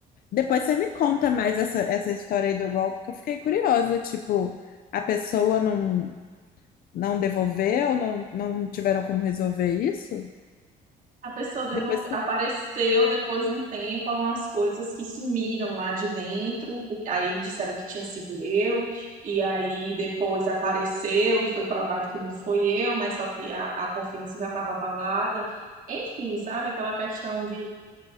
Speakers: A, on the left; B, on the right.
A: depois você me conta mais essa, essa história aí do golpe, que eu fiquei curiosa. Tipo, a pessoa não, não devolveu, não, não tiveram como resolver isso?
B: A pessoa devolve-
A: Depois você...
B: apareceu depois de um tempo umas coisas que sumiram lá de dentro, porque aí disseram que tinha sido eu, e aí depois apareceu e foi provado que não foi eu, mas só que a, a confiança já estava abalada. Enfim, sabe? Aquela questão de,